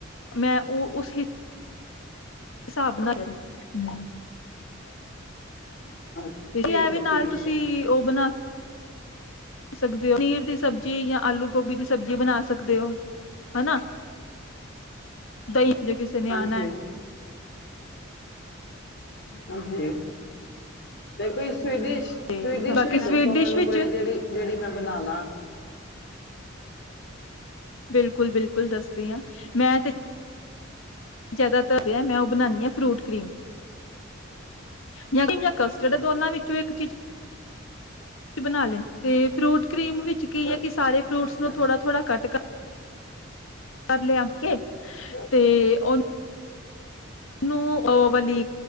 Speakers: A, on the left (about 80°); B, on the left (about 55°).
A: ਮੈਂ ਉਹ ਉਸ ਹੀ ਹਿਸਾਬ ਨਾ <unintelligible> ਹਮ।
B: ਅ,
A: ਤੇ
B: ਠੀਕ
A: ਇਹ ਵੀ
B: ਹੈ
A: ਨਾਲ
B: ਠੀਕ
A: ਤੁਸੀਂ
B: ਹੈ
A: ਉਹ ਬਣਾ ਸਕਦੇ ਹੋ, ਪਨੀਰ ਦੀ ਸਬਜ਼ੀ ਯਾਂ, ਆਲੂ ਗੋਭੀ ਦੀ ਸਬਜ਼ੀ ਬਣਾ ਸਕਦੇ ਹੋ ਹਨਾ, ਦਹੀਂ ਜੇ ਕਿਸੇ ਨੇ ਆਣਾ
B: ਹਾਂਜੀ
A: ਹੈ
B: ਹਾਂਜੀ ਤੇ ਕੋਈ ਕੋਈ ਡਿਸ਼, ਕੋਈ
A: ਤੇ
B: ਡਿਸ਼
A: ਬਾਕੀ
B: ਵੀ ਦੱਸੋ
A: ਸਵੀਟ ਡਿਸ਼
B: ਮੈਨੂੰ
A: ਵਿੱਚ
B: ਕੋਈ ਜਿਹੜੀ ਜਿਹੜੀ ਮੈਂ ਬਣਾ ਲਾ
A: ਬਿਲਕੁਲ ਬਿਲਕੁਲ ਦੱਸਦੀ ਹਾਂ, ਮੈਂ ਤੇ ਜ਼ਿਆਦਾ ਧਰਦੇ ਆ ਮੈਂ ਬਣਾਨੀ ਆ ਫਰੂਟ ਕਰੀਮ ਜਾਂ ਕਸਟਡ ਦੋਨਾਂ ਵਿੱਚੋਂ ਇੱਕ ਚੀਜ਼ ਬਣਾ ਲੈਣੇ, ਤੇ ਫਰੂਟ ਕਰੀਮ ਵਿੱਚ ਕੀ ਹੈ ਕਿਸ ਸਾਰੇ ਫਰੂਟ
B: ਅੱਛਾ
A: ਨੂੰ ਥੋੜਾ ਥੋੜਾ ਕਟ ਕਰ ਕੇ ਤੇ ਉਹਨੂੰ ਨੂੰ ਓਵਲੀ